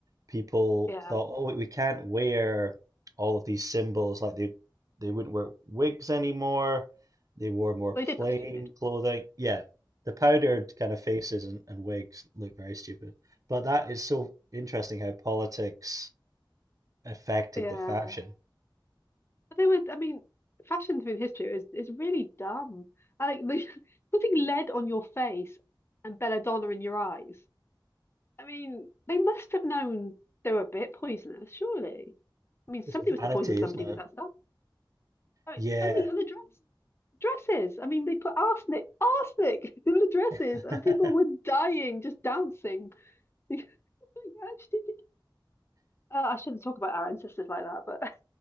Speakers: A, on the right; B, on the left.
A: people
B: yeah,
A: thought, oh, we can't wear all of these symbols. Like they they wouldn't wear wigs anymore. They wore more plain
B: they did look stupid.
A: clothing. Yeah, the powdered kind of faces and, and wigs look very stupid. But that is so interesting how politics affected
B: Yeah,
A: the fashion.
B: but they were. I mean, fashion through history is is really dumb. I like they, <laughs> putting lead on your face and belladonna in your eyes. I mean, they must have known they were a bit poisonous, surely. I mean, somebody
A: It's vanity,
B: must have poisoned somebody
A: isn't it?
B: with that stuff. I mean,
A: Yeah.
B: and the and the dress. dresses. I mean, they put arsenic, arsenic <laughs> in the dresses,
A: <laughs>
B: and people were dying just dancing. <laughs> Like, actually, uh, I shouldn't talk about our ancestors like that, but